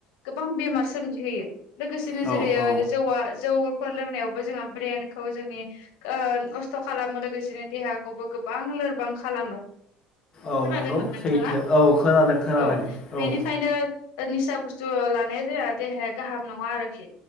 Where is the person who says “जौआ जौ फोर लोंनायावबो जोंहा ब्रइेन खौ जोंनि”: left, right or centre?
Left